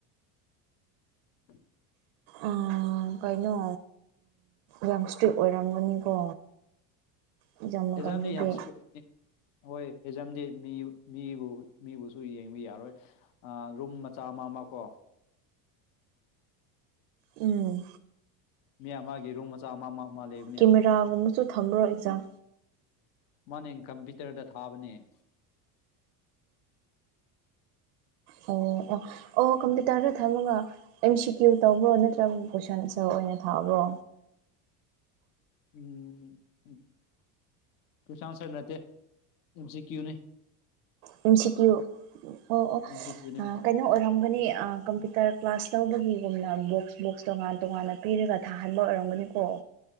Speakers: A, on the left; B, on the right.
A: <inaudible>
B: ꯎꯝ ꯀꯩꯅꯣ ꯌꯪ ꯏꯁꯇ꯭ꯔꯤꯠ ꯑꯣꯏꯔꯝꯒꯅꯤꯀꯣ ꯑꯦꯛꯖꯥꯝ ꯃꯇꯝꯗꯗꯤ
A: ꯑꯦꯖꯥꯝꯗꯤ ꯌꯥꯝꯁꯨꯨ ꯑꯣꯏꯗꯤ ꯍꯣꯏ ꯐꯦꯖꯝꯗꯤ ꯃꯤ ꯃꯤꯕꯨ ꯃꯤꯕꯨꯁꯨ ꯌꯦꯡꯕ ꯌꯥꯔꯣꯏ ꯔꯨꯝ ꯃꯆꯥ ꯑꯃ ꯑꯃ ꯀꯣ
B: ꯎꯝ
A: ꯃꯤ ꯑꯃꯒꯤꯒꯤ ꯔꯨꯝ ꯃꯆꯥ ꯑꯃ ꯑꯃ ꯑꯃ ꯂꯩꯕ
B: ꯀꯦꯃꯦꯔꯥꯒꯨꯝꯕꯁꯨ ꯊꯝꯃ꯭ꯔꯣ ꯑꯦꯛꯖꯥꯝ
A: ꯃꯥꯅ ꯀꯝꯄ꯭ꯌꯨꯇꯔꯗ ꯊꯥꯕꯅꯦ
B: ꯑꯣ ꯑꯣ ꯑꯣ ꯀꯝꯄ꯭ꯌꯨꯇꯔꯗ ꯊꯝꯃꯒ ꯑ ꯁꯤꯦꯀ꯭ꯌꯣꯔ ꯇꯧꯕ꯭ꯔꯣ ꯅꯠꯇ꯭ꯔꯒ ꯀꯣꯏꯁꯟ ꯑꯟꯁꯔ ꯑꯣꯏꯅ ꯊꯥꯕ꯭ꯔꯣ
A: ꯎꯝ ꯎ ꯀꯣꯏꯁꯟ ꯑꯟꯁꯔ ꯅꯠꯇꯦ ꯑꯟ ꯁꯤ ꯀ꯭ꯌꯨꯅꯤ
B: ꯑꯦꯝ ꯁꯤ ꯀ꯭ꯌꯨ ꯑꯣ ꯑꯣ
A: ꯑꯦꯝ ꯁꯤ ꯀ꯭ꯌꯨꯅꯤ
B: ꯀꯩꯅꯣ ꯑꯣꯏꯔꯝꯒꯅꯤ ꯀꯝꯄ꯭ꯌꯨꯇꯔ ꯀ꯭ꯂꯥꯁ ꯂꯧꯕꯒꯤꯒꯨꯝꯅ ꯕꯣꯛꯁ ꯕꯣꯛꯁ ꯇꯣꯉꯥꯟ ꯇꯣꯉꯥꯟꯅ ꯄꯤꯔꯒ ꯊꯥꯍꯟꯕ ꯑꯣꯏꯔꯝꯒꯅꯤꯀꯣ